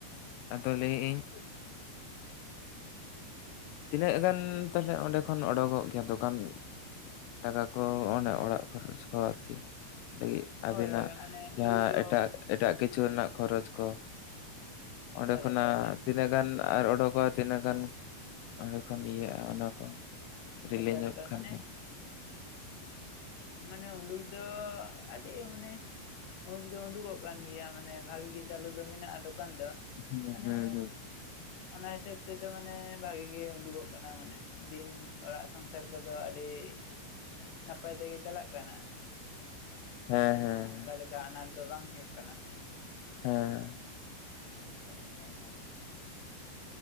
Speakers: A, on the left (about 85°); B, on the left (about 65°).
A: ᱟᱫᱚ ᱞᱟᱹᱭ ᱮ ᱤᱧ᱾ ᱛᱤᱱᱟᱹᱜ ᱜᱟᱱ ᱛᱟᱦᱚᱞᱮ ᱚᱸᱰᱮ ᱠᱷᱚᱱ ᱳᱰᱳᱜᱚᱜ ᱜᱮᱭᱟ ᱫᱚᱠᱟᱱ? ᱴᱟᱠᱟ ᱠᱚ ᱚᱱᱮ ᱚᱲᱟᱜ ᱠᱷᱚᱨᱚᱪ ᱠᱚ ᱟᱨᱠᱤ ᱞᱤᱜᱤᱜ? ᱟᱵᱤᱱᱟᱜ
B: ᱦᱳᱭ ᱦᱳᱭ ᱢᱟᱱᱮ
A: ᱡᱟᱦᱟᱸ
B: ᱩᱱᱠᱩ ᱫᱚ
A: ᱮᱴᱟᱜ ᱮᱴᱟᱜ ᱠᱤᱪᱷᱩ ᱨᱮᱱᱟᱜ ᱠᱷᱚᱨᱚᱪ ᱠᱚ᱾
B: ᱮᱠᱟᱞ
A: ᱚᱸᱰᱮ ᱠᱷᱚᱱᱟᱜ
B: ᱮᱠᱟᱞ ᱢᱟᱱᱮ
A: ᱛᱤᱱᱟᱹᱜ ᱜᱟᱱ ᱟᱨ ᱳᱰᱳᱠᱚᱼᱟ ᱛᱤᱱᱟᱹᱝ? ᱜᱟᱱ ᱚᱸᱰᱮ ᱠᱷᱚᱱ ᱤᱭᱟᱹᱜᱼᱟ ᱚᱱᱟ ᱠᱚ ᱠᱟᱴᱤᱡ
B: ᱮᱠᱟᱞ
A: ᱞᱟᱹᱭ ᱧᱚᱜ
B: ᱮᱠᱟᱞ
A: ᱠᱷᱟᱱ
B: ᱢᱟᱱᱮ
A: ᱵᱤᱱ
B: ᱢᱟᱱᱮ ᱩᱸᱰᱩᱠ ᱫᱚ ᱟᱹᱰᱤ ᱢᱟᱱᱮ ᱩᱸᱰᱩᱠ ᱫᱚ ᱩᱸᱰᱩᱠᱚᱜ ᱠᱟᱱ ᱜᱮᱭᱟ ᱢᱟᱱᱮ ᱵᱷᱟᱜᱤ ᱜᱮ ᱪᱟᱹᱞᱩ ᱫᱚ ᱢᱮᱱᱟᱜᱼᱟ ᱫᱚᱠᱟᱱ ᱫᱚ᱾
A: ᱦᱩᱸ
B: ᱢᱟᱱᱮ
A: ᱦᱩᱸ ᱦᱩᱸ
B: ᱚᱱᱟ ᱦᱤᱥᱟᱹᱵ ᱛᱮᱫᱚ ᱢᱟᱱᱮ ᱵᱷᱟᱜᱤ ᱜᱮ ᱩᱸᱰᱩᱠᱚᱜ ᱠᱟᱱᱟ ᱢᱟᱱᱮ ᱫᱤᱱ ᱚᱲᱟᱜ ᱥᱚᱝᱥᱟᱨ ᱠᱚᱫᱚ ᱟᱹᱰᱤ ᱱᱟᱯᱟᱭ ᱛᱮᱜᱮ ᱪᱟᱞᱟᱜ ᱠᱟᱱᱟ,
A: ᱦᱮᱸ ᱦᱮᱸ
B: ᱚᱱᱠᱟ ᱞᱮᱠᱟ ᱟᱱᱟᱴ ᱫᱚ ᱵᱟᱝ ᱦᱩᱭᱩᱜ ᱠᱟᱱᱟ᱾
A: ᱚᱸᱻ᱾
B: ᱵᱷᱮᱡᱟ ᱢᱮᱛᱟᱭ ᱦᱟᱢ᱾